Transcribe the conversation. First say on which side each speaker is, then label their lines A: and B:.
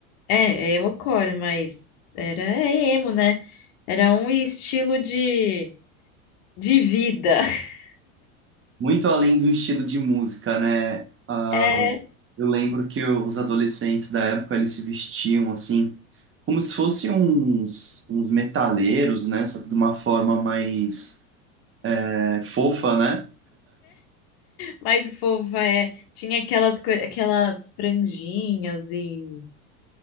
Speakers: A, on the left; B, on the right.
A: É, é emocore, mas era é emo, né? Era um estilo de, de vida. <laughs>
B: Muito além do estilo de música, né? Ah,
A: É,
B: eu lembro que os adolescentes da época eles se vestiam assim, como se fossem uns, uns metaleiros, né? Só que de uma forma mais é, fofa, né?
A: mais fofa, é. Tinha aquelas, coi- aquelas franjinhas e